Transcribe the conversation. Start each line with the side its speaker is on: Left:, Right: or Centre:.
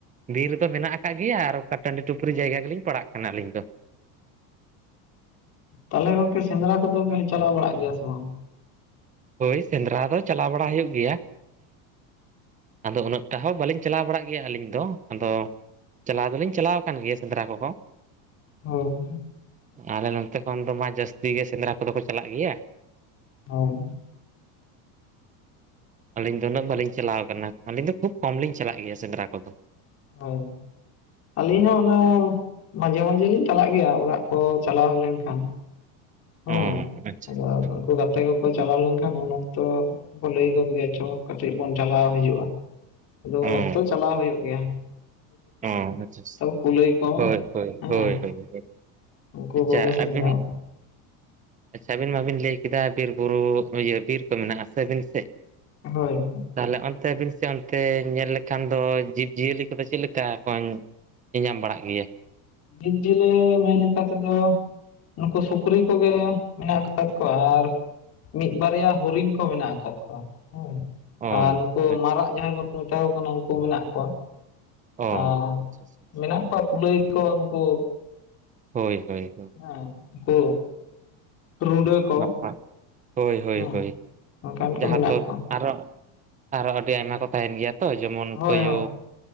Right: ᱵᱤᱨ ᱨᱮ ᱫᱚ ᱢᱮᱱᱟᱜ ᱟᱠᱟᱫ ᱜᱮᱭᱟ ᱟᱨ ᱚᱠᱟ ᱴᱟᱹᱸᱰᱤ ᱴᱩᱯᱨᱤ ᱡᱟᱭᱜᱟ ᱜᱮᱞᱤᱧ ᱯᱟᱲᱟᱜ ᱠᱟᱱᱟ ᱟᱹᱞᱤᱧ ᱫᱚ ᱾
Left: ᱛᱟᱦᱚᱞᱮ ᱜᱚᱝᱠᱮ ᱥᱮᱸᱫᱽᱨᱟ ᱠᱚᱫᱚ ᱵᱮᱱ ᱪᱟᱞᱟᱣ ᱵᱟᱲᱟᱜ ᱜᱮᱭᱟ ᱥᱮ ᱵᱟᱝ?
Right: ᱦᱳᱭ ᱥᱮᱸᱫᱽᱨᱟ ᱫᱚ ᱪᱟᱞᱟᱣ ᱵᱟᱲᱟ ᱦᱩᱭᱩᱜ ᱜᱮᱭᱟ ᱾ ᱟᱫᱚ ᱩᱱᱟᱹᱜ ᱴᱟ ᱦᱚᱸ ᱵᱟᱹᱞᱤᱧ ᱪᱟᱞᱟᱣ ᱵᱟᱲᱟᱜ ᱜᱮᱭᱟ ᱟᱹᱞᱤᱧ ᱫᱚ ᱾ ᱟᱫᱚ ᱪᱟᱞᱟᱣ ᱫᱚᱞᱤᱧ ᱪᱟᱞᱟᱣ ᱠᱟᱱ ᱜᱮᱭᱟ ᱥᱮᱸᱫᱽᱨᱟ ᱠᱚᱦᱚ ᱾
Left: ᱦᱳᱭ
Right: ᱟᱞᱮ ᱱᱚᱱᱛᱮ ᱠᱷᱚᱱ ᱫᱚ ᱢᱟ ᱡᱟᱹᱥᱛᱤ ᱜᱮ ᱥᱮᱸᱫᱽᱨᱟ ᱠᱚᱫᱚ ᱠᱚ ᱪᱟᱞᱟᱜ ᱜᱮᱭᱟ ᱾
Left: ᱦᱳᱭ
Right: ᱟᱹᱞᱤᱧ ᱫᱚ ᱩᱱᱟᱹᱜ ᱵᱟᱹᱞᱤᱧ ᱪᱟᱞᱟᱣ ᱠᱟᱱᱟ ᱾ ᱟᱹᱞᱤᱧ ᱫᱚ ᱠᱷᱩᱵ ᱠᱚᱢ ᱞᱤᱧ ᱪᱟᱞᱟᱜ ᱜᱮᱭᱟ ᱥᱮᱸᱫᱽᱨᱟ ᱠᱚᱫᱚ ᱾
Left: ᱦᱳᱭ ᱾ ᱟᱹᱞᱤᱧ ᱦᱚᱸ ᱩᱱᱟᱜ ᱢᱟᱡᱷᱮ ᱢᱟᱡᱷᱮ ᱞᱤᱧ ᱪᱟᱞᱟᱜ ᱜᱮᱭᱟ ᱚᱲᱟᱜ ᱠᱚ ᱪᱟᱞᱟᱣ ᱞᱮᱱᱠᱷᱟᱱ ᱦᱮᱸ,
Right: ᱚᱸ ᱟᱪᱪᱷᱟ
Left: ᱟᱫᱚ
Right: ᱟᱪᱪᱷᱟ
Left: ᱩᱱᱠᱩ ᱜᱟᱛᱮ ᱠᱚᱠᱚ ᱪᱟᱞᱟᱣ ᱞᱮᱱᱠᱷᱟᱱ ᱩᱱ ᱚᱠᱛᱚ ᱠᱚ ᱞᱟᱹᱭ ᱜᱚᱫ ᱜᱮᱭᱟ ᱪᱚ ᱠᱟᱹᱴᱤᱡ ᱵᱚᱱ ᱪᱟᱞᱟᱣ ᱦᱤᱡᱩᱜᱼᱟ ᱾ ᱟᱫᱚ ᱩᱱ
Right: ᱚᱸ
Left: ᱚᱠᱛᱚ ᱪᱟᱞᱟᱣ ᱦᱩᱭᱩᱜ ᱜᱮᱭᱟ‌᱾
Right: ᱚᱸ ᱟᱪᱪᱷᱟ ᱪᱷᱟᱞᱟᱣ
Left: ᱠᱩᱞᱟᱹᱭ ᱠᱚ
Right: ᱾ ᱦᱳᱭ ᱦᱳᱭ
Left: ᱦᱮᱸ
Right: ᱦᱳᱭ ᱦᱳᱭ
Left: ᱩᱱᱠᱩ
Right: ᱟᱪᱪᱷᱟ
Left: ᱠᱚᱜᱮ ᱥᱮᱸᱫᱽᱨᱟ
Right: ᱟᱹᱵᱤᱱᱤᱡ
Left: ᱠᱚ
Right: ᱟᱪᱪᱷᱟ ᱟᱹᱵᱤᱱ ᱢᱟᱵᱤᱱ ᱞᱟᱹᱭ ᱠᱮᱫᱟ ᱵᱤᱨ ᱵᱩᱨᱩ ᱤᱭᱟᱹ ᱵᱤᱨ ᱠᱚ ᱢᱮᱱᱟᱜ ᱟᱥᱮ ᱟᱹᱵᱤᱱ ᱥᱮᱜ?
Left: ᱦᱳᱭ ᱦᱳᱭ
Right: ᱛᱟᱦᱚᱞᱮ ᱚᱱᱛᱮ ᱵᱤᱱ ᱥᱮ ᱚᱱᱛᱮ ᱧᱮᱞ ᱞᱮᱠᱷᱟᱱ ᱫᱚ ᱡᱤᱵᱽ ᱡᱤᱭᱟᱹᱞᱤ ᱠᱚᱫᱚ ᱪᱮᱫ ᱞᱮᱠᱟ ᱞᱮᱠᱟ ᱠᱚ ᱧᱮᱧᱟᱢ ᱵᱟᱲᱟᱜ ᱜᱮᱭᱟ?
Left: ᱡᱤᱵᱽ ᱡᱤᱭᱟᱹᱞᱤ ᱢᱮᱱ ᱞᱮᱠᱟ ᱛᱮᱫᱚ ᱱᱩᱠᱩ ᱥᱩᱠᱨᱤ ᱠᱚᱜᱮ ᱢᱮᱱᱟᱜ ᱟᱠᱟᱫ ᱠᱚᱣᱟ ᱟᱨ ᱢᱤᱫ ᱵᱟᱨᱭᱟ ᱦᱚᱨᱤᱱ ᱠᱚ ᱢᱮᱱᱟᱜ ᱟᱠᱟᱫ ᱠᱚᱣᱟ ᱦᱳᱭ,
Right: ᱚ
Left: ᱟᱨ ᱱᱩᱠᱩ
Right: ᱟᱪᱪᱷᱟ
Left: ᱢᱟᱨᱟᱜ
Right: ᱟᱪᱪᱷᱟ
Left: ᱡᱟᱦᱟᱸᱭ ᱵᱚᱱ ᱢᱮᱛᱟ ᱠᱚ ᱠᱟᱱᱟ ᱩᱱᱠᱩ ᱦᱚᱸ ᱢᱮᱱᱟᱜ ᱠᱚᱣᱟ
Right: ᱚ
Left: ᱟᱨ
Right: ᱟᱪᱪᱷᱟ ᱟᱪᱪᱷᱟ
Left: ᱢᱮᱱᱟᱜ ᱠᱚᱣᱟ ᱠᱩᱞᱟᱹᱭ ᱠᱚ ᱩᱱᱠᱩ
Right: ᱦᱳᱭ ᱦᱳᱭ ᱦᱳᱭ
Left: ᱦᱮᱸ ᱩᱱᱠᱩ ᱨᱩᱸᱰᱟᱹ ᱠᱚ
Right: ᱱᱟᱯᱟᱭ ᱦᱳᱭ ᱦᱳᱭ
Left: ᱦᱮᱸ
Right: ᱦᱳᱭ ᱾
Left: ᱚᱱᱠᱟᱱ ᱠᱚ
Right: ᱡᱟᱦᱟᱸ
Left: ᱢᱮᱱᱟᱜ
Right: ᱫᱚ
Left: ᱠᱚᱣᱟ
Right: ᱟᱨᱦᱚ ᱟᱨᱦᱚ ᱟᱹᱰᱤ ᱟᱭᱢᱟ ᱠᱚ ᱛᱟᱦᱮᱱ ᱜᱮᱭᱟ ᱛᱚ ᱡᱮᱢᱚᱱ
Left: ᱦᱳᱭ
Right: ᱛᱳᱭᱳ